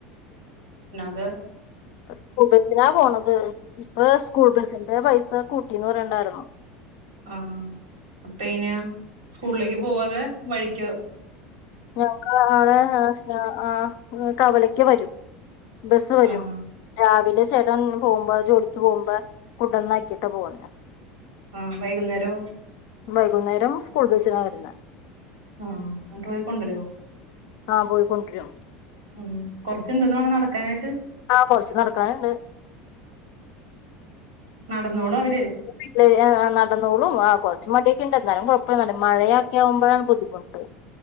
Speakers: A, on the right; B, on the left.
A: ഏ
B: സ്കൂൾ ബസ്സിന പോണത് അത് ഇപ്പ സ്കൂൾ ബസിന്റെ പൈസ കൂട്ടീന്ന് പറയണ്ടായിരുന്ന
A: ആഹ അപ്പൊ എങ്ങനെയാ സ്കൂളിലേക്ക് പോവാതെ വഴിക്ക്
B: ഞങ്ങക്ക് അടെ ആ കവലക്ക് വരും ബസ് വരും
A: ആഹ്
B: രാവിലെ ചേട്ടൻ പോകുമ്പോ ജോലിത്ത് പോകുമ്പോ കെണ്ടന്നാക്കിട്ടാ പോവന്നെ
A: ആഹ വൈകുന്നേരോ
B: വൈകുന്നേരം സ്കൂൾ ബസിന വരുന്ന
A: ആഹ അന്നിട്ട് പോയിക്കൊണ്ടുവരുവോ
B: ആഹ പോയിക്കൊണ്ടരും
A: ഉം കുറച്ചുണ്ടന്നടെ നടക്കാനായിട്ട്
B: ആഹ കൊറച്ച് നടക്കാനുണ്ട്
A: നടന്നേള അവര
B: <unintelligible> നടന്നോളും ആ കെറച്ച് മടി ക്ക്ണ്ടാലും കുഴപ്പല്ല മഴയക്കെ ആകുമ്പോഴാണ് ബുദ്ധിമുട്ട്